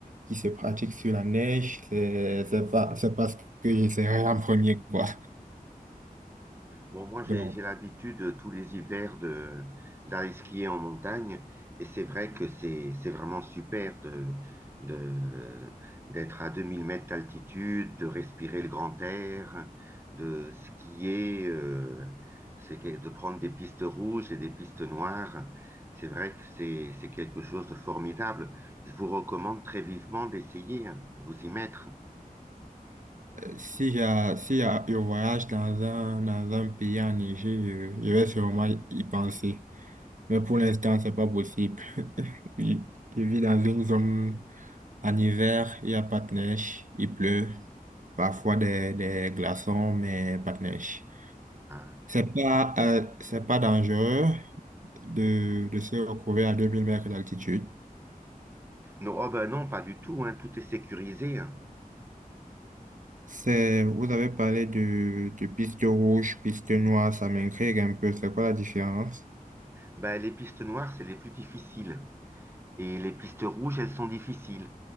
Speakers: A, on the right; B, on the right.
A: qui se pratiquent sur la neige, c'est c'est pas, c'est pas ce que j'essaierai en premier, quoi.
B: Bon, moi, j'ai,
A: Donc,
B: j'ai l'habitude euh, tous les hivers de, d'aller skier en montagne et c'est vrai que c'est, c'est vraiment super de, de, d'être à 2000 mètres d'altitude, de respirer le grand air, de skier, euh, c'est, que- de prendre des pistes rouges et des pistes noires. C'est vrai que c'est, c'est quelque chose de formidable. Je vous recommande très vivement d'essayer, hein, de vous y mettre.
A: Si, j'ai- si j'ai je voyage dans un, dans un pays enneigé, je, je vais sûrement y penser. Mais pour l'instant, c'est pas possible. <laughs> Je, je vis dans une zone en hiver, il n'y a pas de neige, il pleut, parfois des, des glaçons, mais pas de neige.
B: hein.
A: C'est pas, euh, c'est pas dangereux de, de se retrouver à 2000 mètres d'altitude.
B: Non, oh ben non, pas du tout, hein, tout est sécurisé. hein.
A: C'est, vous avez parlé de, de piste rouge, piste noire, ça m'intrigue un peu. C'est quoi la différence?
B: Bah, les pistes noires, c'est les plus difficiles. Et les pistes rouges, elles sont difficiles.